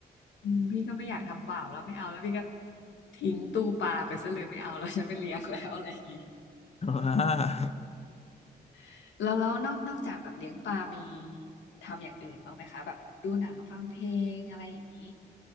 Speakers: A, on the left; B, on the left.
A: อืมพี่ก็ไม่อยากทำบาปแล้วไม่เอาแล้วพี่ก็ทิ้งตู้ปลาไปซะเลยไม่เอาแล้วฉันไม่เลี้ยงแล้วอะไรอย่างนี้
B: อ่า
A: <laughs> แล้วแล้วนอกนอกจากแบบเลี้ยงปลามีทำอย่างอื่นบ้างไหมคะแบบดูหนังฟังเพลงอะไรอย่างนี้